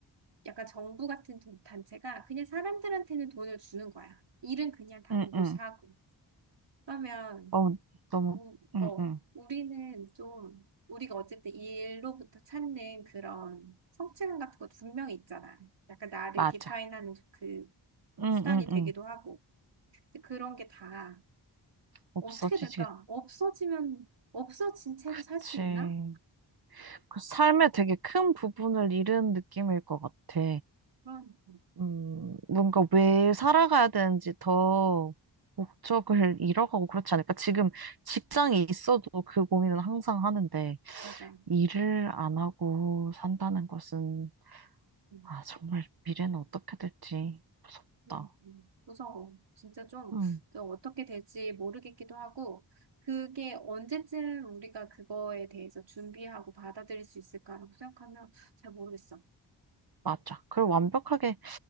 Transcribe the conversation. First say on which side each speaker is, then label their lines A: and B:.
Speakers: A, on the right; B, on the right.
A: 약간 정부 같은 돈- 단체가 그냥 사람들한테는 돈을 주는 거야. 일은 그냥 다
B: 응,
A: 로봇이
B: 응.
A: 하고. 그러면
B: 어, 너무,
A: 우,
B: 응,
A: 어,
B: 응.
A: 우리는 좀, 우리가 어쨌든 이 일로부터 찾는 그런 성취감 같은 것도 분명히 있잖아. 약간 나를
B: 맞아.
A: 디파인하는 그
B: 응,
A: 수단이
B: 응,
A: 되기도
B: 응.
A: 하고. 근데 그런 게 다
B: 없어지지.
A: 어떻게 될까? 없어지면, 없어진 채로
B: 그치.
A: 살 수 있나?
B: 그 삶의 되게 큰 부분을 잃은 느낌일 것 같아.
A: 그러니까.
B: 음, 뭔가 왜 살아가야 되는지 더 목적을 <laughs> 잃어가고 그렇지 않을까? 지금 직장이 있어도 그 고민은 항상 하는데,
A: 맞아.
B: 일을 안 하고 산다는 것은,
A: 음,
B: 아, 정말 미래는 어떻게 될지 무섭다.
A: 음, 음. 무서워. 진짜 좀,
B: 음,
A: 또 어떻게 될지 모르겠기도 하고, 그게 언제쯤 우리가 그거에 대해서 준비하고 받아들일 수 있을까라고 생각하면 잘 모르겠어.
B: 맞아. 그걸 완벽하게